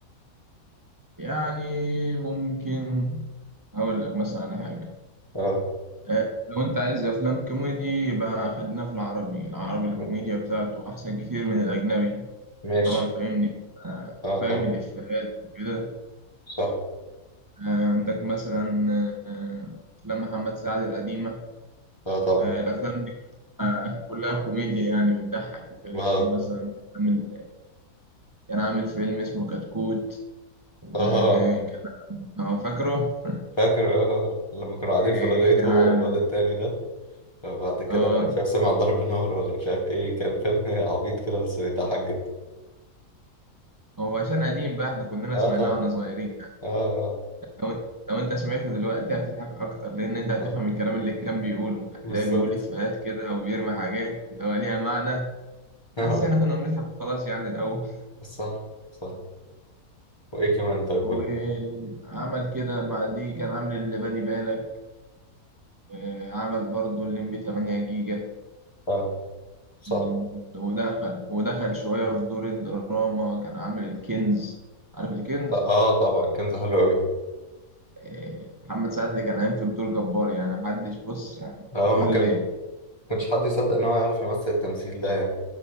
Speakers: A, on the right; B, on the left.
A: يعني ممكن اقول لك مثلا على حاجه
B: اه
A: آه، لو انت عايز افلام كوميدي يبقى خلينا في العربي العربي الكوميديا
B: م-
A: بتاعته احسن كتير من الاجنبي
B: ماشي
A: طبعا فاهمني آه،
B: اه
A: فاهم
B: طبعا
A: الافيهات وكده
B: صح
A: آه، عندك مثلا آه، افلام محمد سعد القديمه
B: اه طبعا
A: آه، الافلام دي كلها كلها كوميديا يعني بتضحك وكده
B: اه
A: زي مثلا كان عامل كان عامل فيلم اسمه كتكوت وكان
B: اه
A: هو فاكره
B: فاكر اه لما كانوا قاعدين في
A: إيه،
B: الغيط
A: كان
B: هو
A: عامل
B: والواد التاني ده فبعد كده
A: اه
B: مش عارف سمع ضرب نار ولا مش عارف ايه كان فيلم <laughs> عبيط كده بس بيضحك جدا
A: هو عشان قديم بقى احنا كلنا
B: اه
A: سمعناه
B: طبعا
A: واحنا صغيرين
B: اه آه،
A: لو انت لو انت سمعته دلوقتي هتضحك اكتر لان انت هتفهم
B: طبعا
A: الكلام اللي كان بيقوله هتلاقيه
B: بالظبط
A: بيقول افيهات كده او بيرمي حاجات اللي هو ليها معنى
B: <laughs>
A: بس احنا كنا بنضحك وخلاص يعني الاول
B: صح صح وايه كمان طيب
A: وعمل
B: قول لي.
A: كده مع دي كان عامل اللي بالي بالك إيه، عمل برضه الليمبي 8 جيجا
B: اه صح
A: مم، ودخل ودخل شوية في دور الدراما كان عامل الكنز عارف الكنز
B: ط- اه طبعا كنز حلو قوي
A: إيه، محمد سعد كان قايم في بدور جبار يعني محدش بص يعني
B: اه
A: كل
B: ما كان ما كانش حد يصدق ان هو يعرف يمثل التمثيل ده يعني.